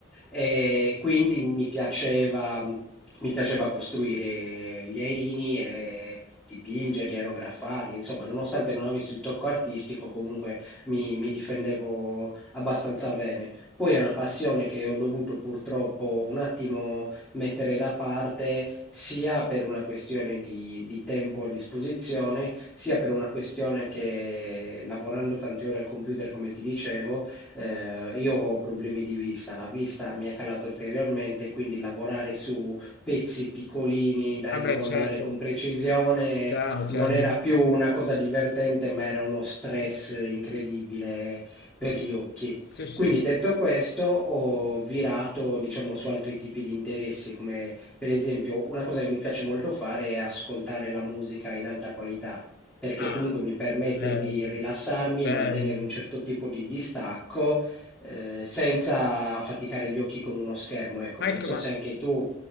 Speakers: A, in the centre; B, on the left.
A: E quindi mi piaceva, mi piaceva costruire gli aerini e dipingerli, aerografarli, insomma, nonostante non avessi il tocco artistico, comunque mi, mi difendevo abbastanza bene. Poi è una passione che ho dovuto purtroppo un attimo mettere da parte, sia per una questione di, di tempo a disposizione, sia per una questione che lavorando tante ore al computer, come ti dicevo, eh, io ho problemi di vista, la vista mi è calata ulteriormente, quindi lavorare su pezzi piccolini da
B: Ah
A: incollare
B: beh, certo,
A: con precisione
B: chiaro,
A: non
B: chiaro.
A: era più una cosa divertente, ma era uno stress incredibile per gli occhi.
B: Sì, sì.
A: Quindi detto questo, ho virato, diciamo, su altri tipi di interessi, come per esempio una cosa che mi piace molto fare è ascoltare la musica in alta qualità perché
B: Ah,
A: comunque mi permette
B: bello,
A: di rilassarmi,
B: bello.
A: mantenere un certo tipo di distacco, eh, senza affaticare gli occhi con uno schermo. Ecco,
B: Ma
A: non
B: ecco,
A: so
B: ma,
A: se anche tu